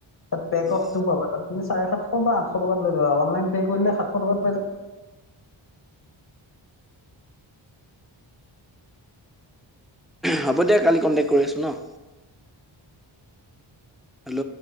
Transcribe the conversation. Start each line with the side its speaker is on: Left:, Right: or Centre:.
Left: তাত পেক
Centre: উম।
Left: অফ টো পাবা তাত তুমি চাৰে সাতশ বা আঠশ টকাত লৈ লবা অনলাইন পে' কৰিলে সাতশ টকাত পাই যায়
Centre: হ'ব দিয়া কালি কণ্টেক কৰি আছোঁ ন হেল্ল'